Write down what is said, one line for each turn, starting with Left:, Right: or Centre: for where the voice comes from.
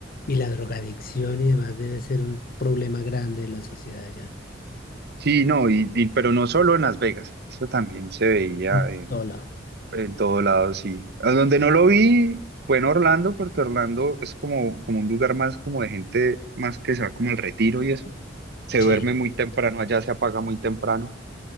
Left: y la drogadicción y demás debe ser un problema grande en la sociedad allá.
Right: Sí, no, y, y- pero no solo en Las Vegas, eso también se veía
Left: En
Right: eh,
Left: todo lado.
Right: En todo lado, sí. A donde no lo vi fue en Orlando, porque Orlando es como, como un lugar más como de gente más que se va como al retiro y eso. Se
Left: Sí,
Right: duerme muy temprano, allá se apaga muy temprano.